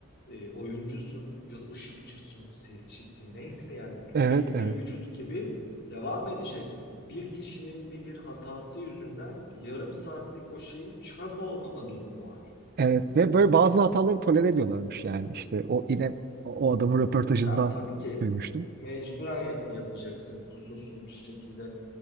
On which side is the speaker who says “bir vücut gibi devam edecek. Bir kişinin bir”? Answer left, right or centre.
Left